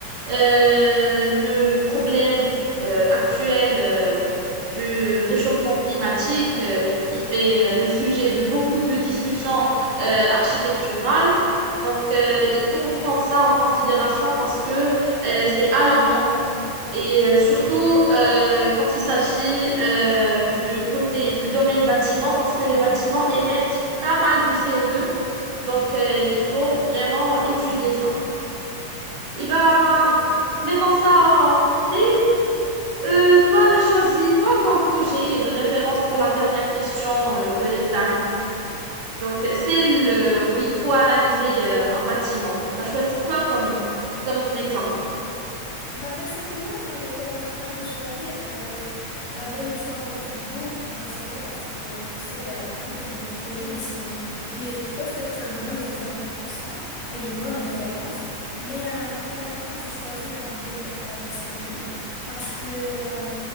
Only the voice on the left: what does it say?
Oui, exactement.
Bah, personnellement, quand j'étais en train de choisir, j'avais, j'avais le choix entre beaucoup de bâtiments parce que, tu sais, il y a beaucoup de projets qui sont, qui, qui peuvent être un bon exemple pour ça et une bonne référence. Mais euh, en fin de compte, j'ai choisi la bibliothèque d'Alexandrie parce que euh,